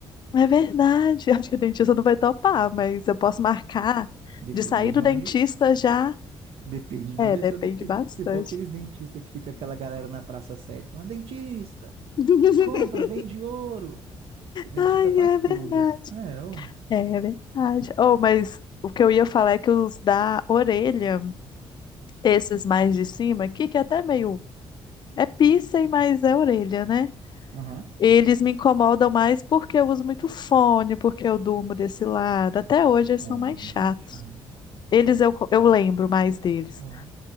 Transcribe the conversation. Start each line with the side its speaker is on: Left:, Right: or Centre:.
Left: É verdade. <laughs> Acho que o dentista não vai topar, mas eu posso marcar
Right: Depende
Left: de sair
Right: de
Left: do
Right: onde
Left: dentista já.
Right: Depende de
Left: É,
Right: onde é
Left: depende
Right: seu dentista.
Left: bastante.
Right: Se for aqueles dentistas que fica aquela galera na Praça 7, falando, dentista,
Left: <laughs>
Right: compra, vende ouro. O dentista
Left: Ai,
Right: faz
Left: é verdade.
Right: tudo. É, ué.
Left: É, é verdade. Oh, mas o que eu ia falar é que os da orelha, esses mais de cima aqui, que é até meio. É piercing, mas é orelha, né?
Right: Aham.
Left: Eles me incomodam mais porque eu uso muito fone, porque eu durmo desse lado. Até hoje eles
Right: É,
Left: são mais
Right: deve
Left: chatos.
Right: ser chato.
Left: Eles eu, co- eu lembro mais deles.
Right: Ó.